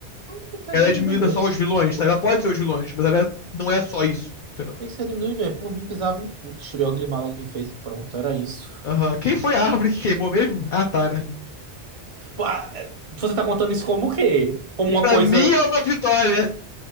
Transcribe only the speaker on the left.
ela
é diminuída
só aos vilões, sabe? Ela pode ser os vilões, mas ela é, não é só isso, entendeu?
Aham. Quem foi a árvore que queimou mesmo? Ah, tá, né?
Pra
mim é uma vitória.